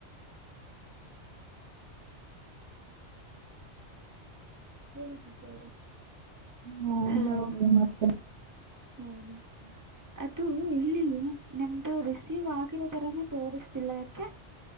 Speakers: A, on the right; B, on the right.
A: ಹೇಳಬಿಟ್ಟವ್ರ
B: ಹಾ
A: ಹಲೋ
B: ಹೇಗೆ ಮತ್ತೆ
A: ಹೇಳಿ ಅದು ಇಲ್ಲಿ ನಿಮ್ದು ರಿಸೀವ್ ಆಗಿರೋ ತರಾನೇ ತೋರಿಸ್ತಿಲ್ಲ ಯಾಕೆ